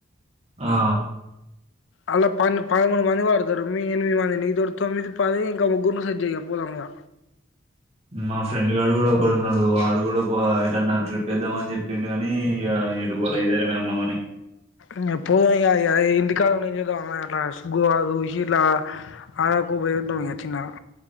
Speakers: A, on the right; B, on the left.
A: ఆ ఆ
B: అల్ల పన్నే పదమూడు మంది పడతారు మీ ఎనిమిది మంది నీతోటి తొమ్మిది పది ఇంకా ముగ్గురుని సెట్ చేయ్ ఇగ పోదాం ఇగ
A: మా ఫ్రెండ్ గాడు కూడా ఒక్కడు ఉన్నాడు వాడు గూడా ఏటన్నా త్రిపేద్దాం అని చెప్పిండు కాని ఇగ ఎటు పోలే ఇద్దరమే ఉన్నామని
B: ఇగ పోదాం ఇగ ఇగ ఇంటికాడా ఉండి ఏం చేద్దాం అట్లా గోవాకు చూసి ఇట్లా ఆరకు పోయద్దాం ఇగ చిన్నగా